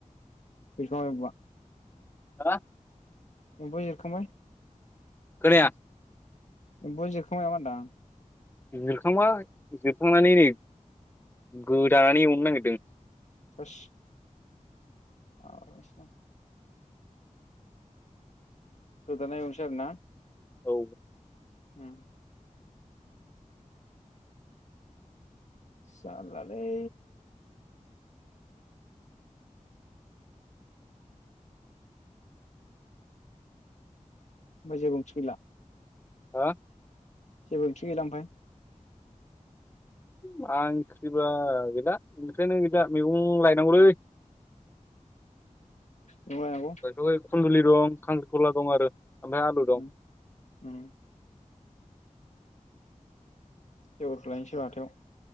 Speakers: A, on the left; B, on the left.
A: बिफां आरो बुवा
B: हा
A: एबु एरखांबाय।
B: खोनाया?
A: एबु जिखांबाय नामा होनदां?
B: जिरखांबाय जिरखांनानै नै गोदानानै एवनो नागिरदों।
A: थोस हालासो आं गोदाना एवनोसै आरो ना?
B: औ
A: उम जालालै होमबा जेबो ओंथि गैला?
B: हा
A: जेबो ओंखि गैला ओमफाय
B: मा ओंख्रिबा गैला ओंख्रियानो गैला मैगं लायनांगौलै।
A: एम्बु लायनांगौ
B: <unintelligible> खुन्दुलि दं खांख्रि खला दं आरो। ओमफ्राय आलु दं
A: उम उम बेगरखौ लायनोसै र' हाथायाव।